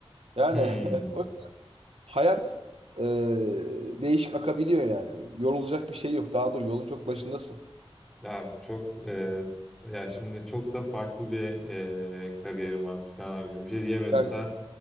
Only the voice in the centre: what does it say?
Hmm.
Ya çok e, ya şimdi çok da farklı bir e, kariyerim varmış Kaan abiciğim. Bir şey diyemedim
sen.